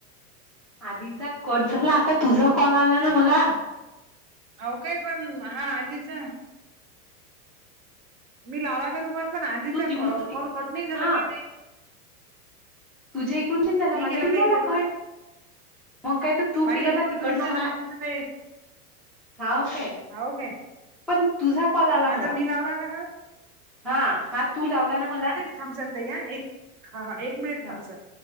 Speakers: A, in the centre; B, on the right.
A: आधीचा कट झाला आता तुझा कॉल आला ना मला
B: अव काय पण हा आधीच मी लावाला का तुम्हाला पण आधीचा
A: तू तिकडून
B: कॉल कट नाही झालं
A: हा
B: क ते
A: तुझ्या इकडून चेन झाला
B: मी
A: माझ्या
B: केला
A: इकडून
B: का
A: झाला
B: इकडनं
A: कट मग काय तर तू
B: माझ्या
A: केलं
B: एकूण
A: ना तिकडन
B: तुमचं
A: मला
B: नाव दिसत
A: हवं काय
B: हाव काय?
A: पण तुझा कॉल आला
B: माझा
A: मला
B: मी लावला का हा
A: हा, हा तू लावला ना मला.
B: थांबच या एक हा ह एक मिनिट
A: हा
B: थांबच.